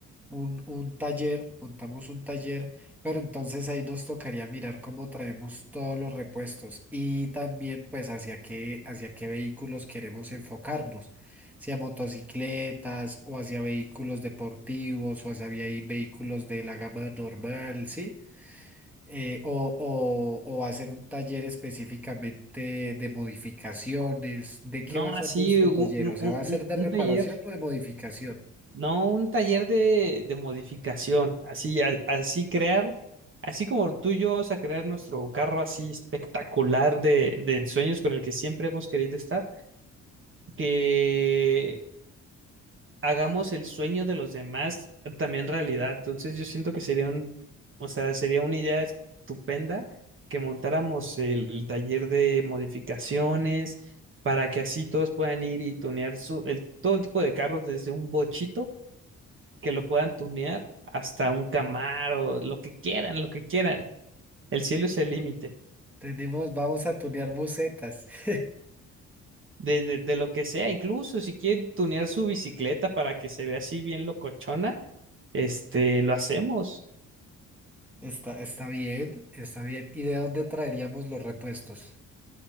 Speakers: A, in the centre; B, on the right.
A: un, un taller, montamos un taller, pero entonces ahí nos tocaría mirar cómo traemos todos los repuestos y también pues hacia qué, hacia qué vehículos queremos enfocarnos, si a motocicletas o hacia vehículos deportivos o hacia vehi- vehículos de la gama normal, ¿sí? Eh, o, o, o va a ser un taller específicamente de modificaciones. ¿De qué
B: No,
A: va a ser
B: así
A: nuestro
B: un,
A: taller?
B: un-
A: O sea,
B: un-
A: ¿va a ser
B: un-
A: de
B: un
A: reparación
B: taller,
A: o de modificación?
B: no un taller de, de modificación, así, a- así crear, así como tú y yo vamos a crear nuestro carro así espectacular de, de ensueños con el que siempre hemos querido estar que hagamos el sueño de los demás también realidad. Entonces yo siento que sería un, o sea, sería una idea estupenda que montáramos el taller de modificaciones para que así todos puedan ir y tunear su, el, todo tipo de carros desde un bochito que lo puedan tunear hasta un Camaro, lo que quieran, lo que quieran. El cielo es el límite.
A: Tenemos, vamos a tunear bucetas. <laughs>
B: De, de, de lo que sea, incluso si quieren tunear su bicicleta para que se vea así bien locochona, este, lo hacemos.
A: Está, está bien, está bien. ¿Y de dónde traeríamos los repuestos?